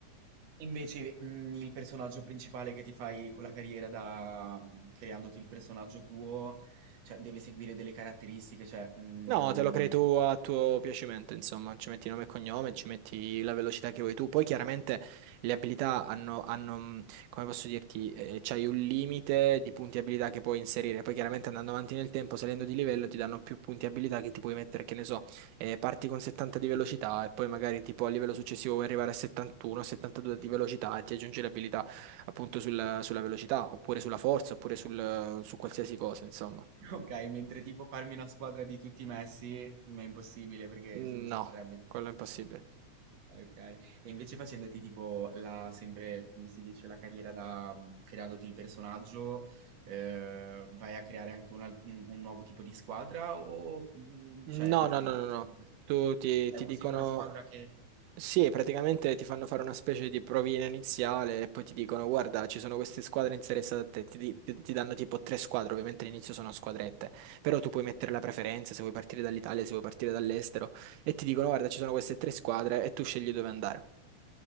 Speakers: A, on the right; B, on the right.
A: Invece, mhmm, il personaggio principale che ti fai con la carriera da mhmm, creandoti il personaggio tuo, cioè deve seguire delle caratteristiche, cioè, mhmm,
B: No, te lo crei tu a tuo piacimento, insomma, ci metti nome e cognome, ci metti la velocità che vuoi tu. Poi chiaramente le abilità hanno, hanno, mh, come posso dirti, eh, c'hai un limite di punti abilità che puoi inserire. Poi chiaramente andando avanti nel tempo, salendo di livello, ti danno più punti abilità che ti puoi mettere, che ne so, eh, parti con 70 di velocità e poi magari tipo a livello successivo vuoi arrivare a 71, 72 di velocità e ti aggiungi le abilità appunto sulla, sulla velocità, oppure sulla forza, oppure sul- su qualsiasi cosa, insomma.
A: <laughs> okay, mentre tipo farmi una squadra di tutti Messi, mhmm, è impossibile perché,
B: Mm,
A: mhmm,
B: No,
A: sarebbe
B: quello è impossibile.
A: eh, okay. E invece facendoti tipo la sempre, come si dice, la carriera da mhmm, creandoti il personaggio, ehm, vai a creare anche un al un un nuovo tipo di squadra o, mhmm,
B: No,
A: cioè,
B: no,
A: ehm,
B: no, no, no.
A: scegli una s
B: Tu ti,
A: cioè
B: ti
A: usi
B: dicono,
A: una squadra che
B: sì, praticamente ti fanno fare una specie di provina iniziale e poi ti dicono, guarda, ci sono queste squadre interessate a te, ti, di- ti- ti danno tipo tre squadre, ovviamente all'inizio sono squadrette, però tu puoi mettere la preferenza se vuoi partire dall'Italia, se vuoi partire dall'estero, e ti dicono, guarda, ci sono queste tre squadre e tu scegli dove andare.